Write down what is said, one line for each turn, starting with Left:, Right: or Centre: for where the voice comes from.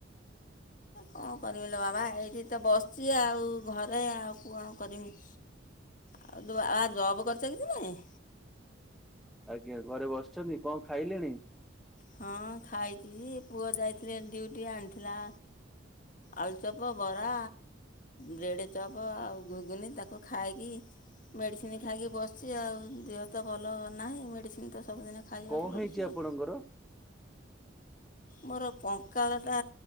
Left: କଣ କରିବିଲୋ ବାବା ଏଇଠି ତ ବସିଛି ଆଉ ଘ ଏରେ ଆଉ କଣ କରିମି ଆଉ ଆ ବା ଜବ୍ କରିଛ କି ତୁମେ?
Centre: ଆଜ୍ଞା ଘରେ ବସିଛନ୍ତି କଣ ଖାଇଲେଣି?
Left: ହଁ ଖାଇଛି ପୁଅ ଯାଇଥିଲେ ଡିଉଟି ଆଣିଥିଲା ଆଳୁଚପ ବରା ବ୍ରେଡ ଚପ୍ ଆଉ ଘୁଗୁନି ତାକୁ ଖାଇକି ମେଡିସିନ ଖାଇକି ବସିଛି ଆଉ ଦେହ ତ ଭଲ ନାହିଁ ମେଡିସିନ ତ ସବୁଦିନ ଖାଇବାକୁ
Centre: କଣ
Left: ପଡ଼ୁଛି
Centre: ହେଇଛି ଆପଣଙ୍କର?
Left: ଆଉ ମୋର କଙ୍କାଳଟା